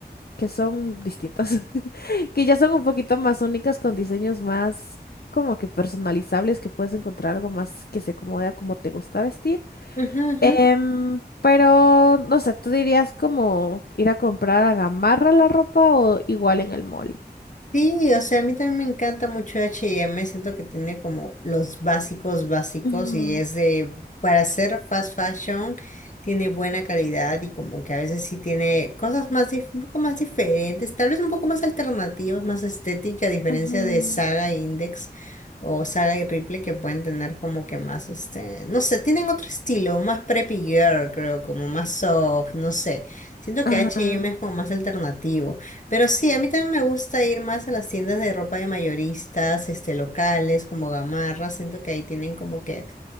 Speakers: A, on the left; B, on the left.
A: que son distintas, <laughs> que ya son un poquito más únicas, con diseños más como que personalizables, que puedes encontrar algo más que se acomode a cómo te gusta vestir.
B: ujú, ujú.
A: Em, pero, no sé, ¿tú dirías como ir a comprar a Gamarra la ropa o igual en el mall?
B: Sí, o sea, a mí también me encanta mucho H&M, siento que tiene como los básicos básicos
A: Ujú,
B: y es de, para hacer fast fashion, tiene buena calidad y como que a veces sí tiene cosas más, dif- un poco más diferentes, tal vez un poco más alternativas, más estética, a diferencia
A: ujú,
B: de Saga e Index o Saga y Ripley que pueden tener como que más, este, no sé, tienen otro estilo, más preppy girl, creo, como más soft, no sé, siento
A: Ajá.
B: que H&M es como más alternativo. Pero sí, a mí también me gusta ir más a las tiendas de ropa de mayoristas, este, locales, como Gamarra. Siento que ahí tienen como que